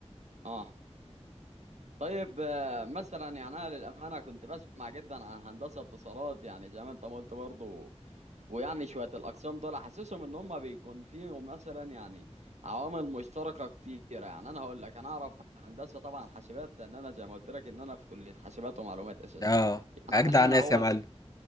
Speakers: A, on the right; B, on the left.
A: اه طيب آه، مثلا يعني انا للامانه كنت بسمع جدا عن هندسه اتصالات يعني زي ما انت ما قلت برضه ويعني شويه الاقسام دول حاسسهم ان هم بيكون فيهم مثلا يعني عوامل مشتركه كتيره يعني انا هقول لك انا اعرف هندسه طبعا حاسبات لان انا زي ما قلت لك ان انا في كليه حاسبات ومعلومات اساسا
B: اه
A: يعني
B: اجدع
A: حاليا
B: ناس
A: اهو
B: يا معلم